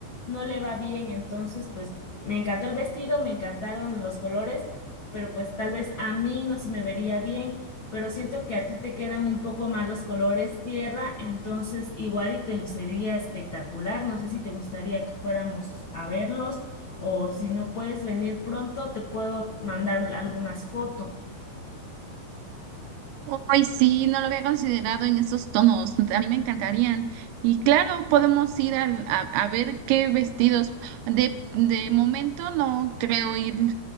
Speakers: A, on the left; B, on the right.
A: no le va bien. Entonces, pues me encantó el vestido, me encantaron los colores, pero pues tal vez a mí no se me vería bien pero siento que a ti te quedan un poco mal los colores tierra, entonces igual y te lucería espectacular. No sé si te gustaría que fuéramos a verlos o si no puedes venir pronto, te puedo mandar algunas fotos.
B: Hoy sí, no lo había considerado en esos tonos. A mí me encantarían. Y claro, podemos ir al- a, a ver qué vestidos. De, de momento no creo ir